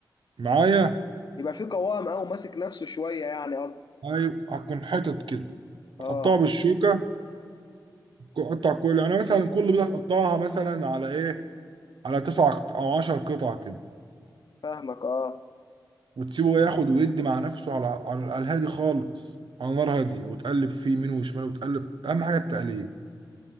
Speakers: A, on the right; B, on the left.
A: معايا
B: يبقى في قوام او ماسك نفسه شوية يعني قصدي
A: أيوة هتكون حتت كده
B: اه
A: هتقطعه بالشوكة قطع كل يعني مثلا كل بيضة هتقطعها مثلا على إيه على تسع قط- او عشر قطع كده
B: فاهمك اه
A: وتسيبه ياخد ويدي مع نفسه على على على الهادي خالص على نار هادية وتقلب فيه يمين وشمال وتقلب اهم حاجه التقليب